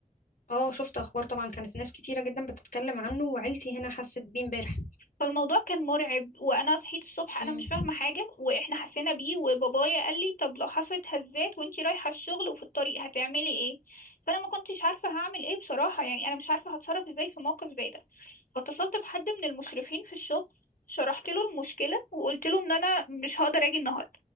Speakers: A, on the left; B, on the left.
A: اه شفت أخبار طبعا كانت ناس كتيرة جدا بتتكلم عنه وعيلتي هنا حست بيه امبارح
B: فالموضوع كان مرعب وانا صحيت الصبح
A: مم.
B: انا مش فاهمه حاجه واحنا حسينا بيه وبابايا قال لي طب لو حصلت هزات وانتي رايحه الشغل وفي الطريق هتعملي ايه فانا ما كنتش عارفه هعمل ايه بصراحه يعني انا مش عارفه هتصرف ازاي في موقف زي ده فاتصلت بحد من المشرفين في الشغل شرحت له المشكلة وقلت له ان انا مش هقدر اجي النهاردة